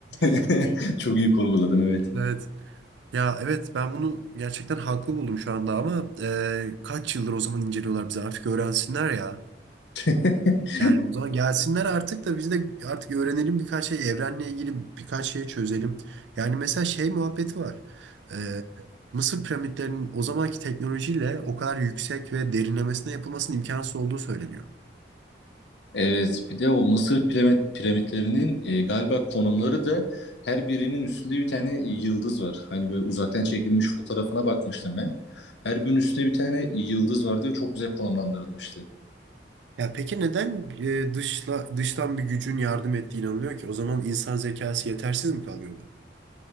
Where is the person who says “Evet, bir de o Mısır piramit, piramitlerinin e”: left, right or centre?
Left